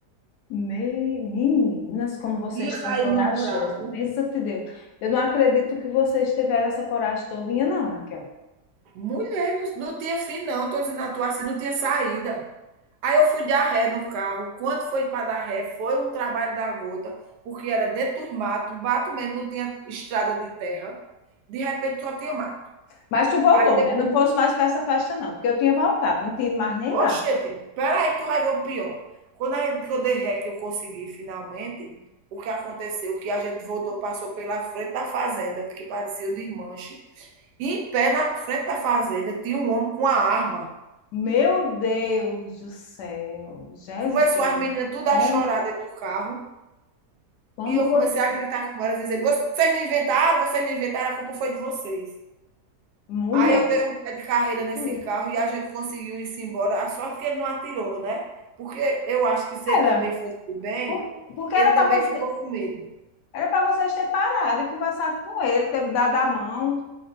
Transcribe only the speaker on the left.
Me- Meninas, como vocês
são
corajosas,
bênção de Deus. Eu não acredito que vocês tiveram essa coragem todinha, não, Raquel.
Mas tu voltou,
né? Não fosse mais para essa festa, não, porque eu tinha voltado, não tinha ido mais nem
lá.
Meu Deus do céu, Jesus,
como,
como
você.
Mulher,
Sim.
Era,
por- porque
era
para você,
era para vocês ter parado e conversado com ele, ter dado a mão.